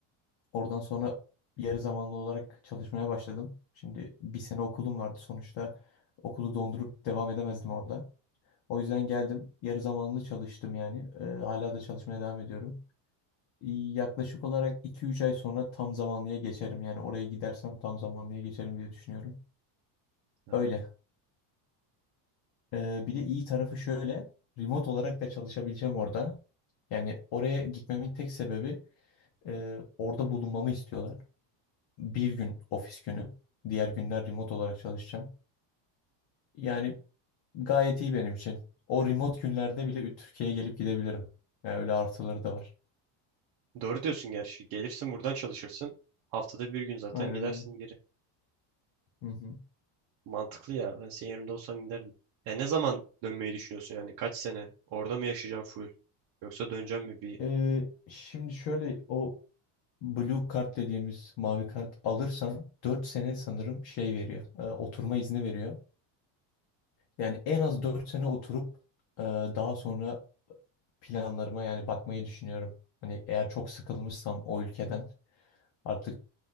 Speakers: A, on the left; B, on the right.
A: Oradan sonra yarı zamanlı olarak çalışmaya başladım. Şimdi bir sene okulum vardı sonuçta. Okulu dondurup devam edemezdim orada. O yüzden geldim. Yarı zamanlı çalıştım yani. Eee, hala da çalışmaya devam ediyorum. yaklaşık olarak iki üç ay sonra tam zamanlıya geçerim. Yani oraya gidersem tam zamanlıya geçerim diye düşünüyorum.
B: Ha.
A: Öyle. Ee, bir de iyi tarafı şöyle. Remote olarak da çalışabileceğim orada. Yani oraya gitmemin tek sebebi e, orada bulunmamı istiyorlar. Bir gün ofis günü. Diğer günler remote olarak çalışacağım. Yani gayet iyi benim için. O remote günlerde bile Türkiye'ye gelip gidebilirim. Yani öyle artıları da var.
B: Doğru diyorsun gerçi. Gelirsin buradan çalışırsın. Haftada bir gün zaten
A: Aynen
B: gidersin
A: öyle. Hı hı.
B: Mantıklı ya. Ben senin yerinde olsam giderdim. Ya ne zaman dönmeyi düşünüyorsun yani? Kaç sene? Orada mı yaşayacağım full? Yoksa döneceğim mi bir
A: Ee, şimdi şöyle o Blue kart dediğimiz mavi kart alırsan 4 sene sanırım şey veriyor. e, oturma izni veriyor. Yani en az 4 sene oturup e, daha sonra planlarıma yani bakmayı düşünüyorum. Hani eğer çok sıkılmışsam o ülkeden artık